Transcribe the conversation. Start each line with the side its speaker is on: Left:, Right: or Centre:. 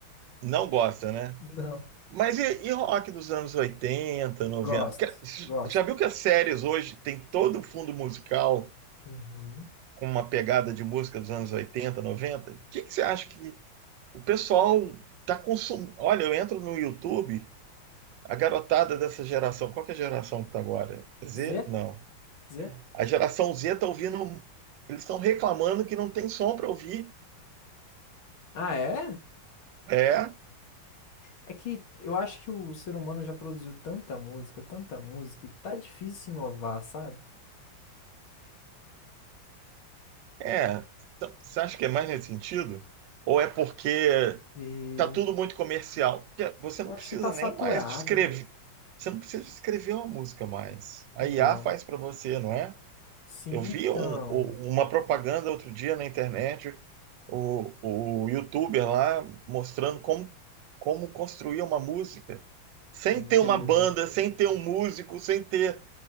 Right: Não gosta, né?
Left: Não.
Right: Mas e, e rock dos anos oitenta, noventa,
Left: Gosto,
Right: Porque
Left: gosto.
Right: Já viu que as séries hoje tem todo o fundo musical
Left: Uhum.
Right: com uma pegada de música dos anos 80, 90? O que que você acha que o pessoal está consumindo? Olha, eu entro no YouTube, a garotada dessa geração, qual que é a geração que está agora? Z?
Left: Zé?
Right: Não.
Left: Zé?
Right: A geração Z está ouvindo, eles estão reclamando que não tem som para ouvir.
Left: Ah, é?
Right: É,
Left: É que eu acho que o ser humano já produziu tanta música, tanta música, que tá difícil inovar, sabe?
Right: é. Então, Você acha que é mais nesse sentido? Ou é porque
Left: E
Right: Tá tudo muito comercial. Você
Left: eu
Right: não
Left: acho
Right: precisa
Left: que tá saturado.
Right: nem mais de escrever Você não precisa de escrever uma música mais. A
Left: Não.
Right: IA faz para você, não é?
Left: Sim,
Right: Eu vi
Left: então.
Right: um- um- uma propaganda outro dia na internet, o, o YouTuber lá mostrando como, como construir uma música. Sem
Left: É incrível.
Right: ter uma banda, sem ter um músico, sem ter